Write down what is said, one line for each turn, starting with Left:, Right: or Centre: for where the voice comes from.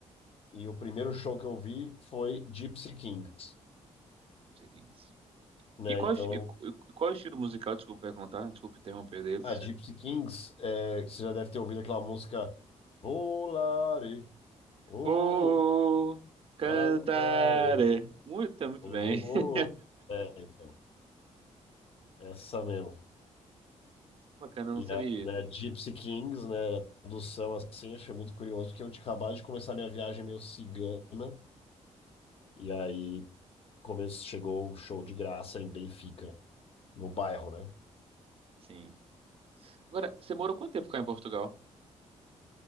Left: E o primeiro show que eu vi foi Gypsy Kings,
Right: sei quem.
Left: né?
Right: E qual,
Left: Então.
Right: esti- e qu- e qual é o estilo musical, desculpa perguntar, desculpa interromper deles.
Left: Ah, Gypsy Kings, é, você já deve ter ouvido aquela música Volare, oh,
Right: Oh, cantare.
Left: cantare,
Right: Muito, tá muito
Left: oh,
Right: bem. <laughs>
Left: oh. É, então, essa mesmo.
Right: Bacana, eu
Left: E
Right: não sabia.
Left: a, né, Gypsy Kings, né, a tradução assim, achei muito curioso, porque eu tinha acabado de começar minha viagem meio cigana, e aí come- chegou um show de graça em Benfica, no bairro, né?
Right: Sim. Agora, você morou quanto tempo cá em Portugal?